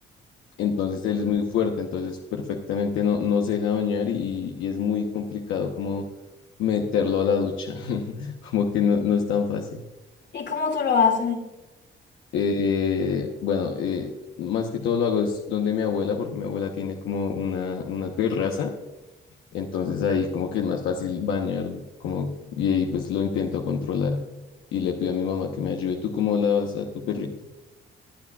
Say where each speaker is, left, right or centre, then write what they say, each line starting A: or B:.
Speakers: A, on the left; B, on the left.
A: entonces él es muy fuerte, entonces perfectamente no, no se deja bañar y, y es muy complicado como meterlo a la ducha, <laughs> como que no, no es tan fácil.
B: ¿Y cómo tú lo haces?
A: Eh, bueno, eh, más que todo lo hago es donde mi abuela, porque mi abuela tiene como una, una terraza, entonces ahí como que es más fácil bañarlo, como, y ahí pues lo intento controlar. Y le pido a mi mamá que me ayude. ¿Tú cómo lavas a tu perrito?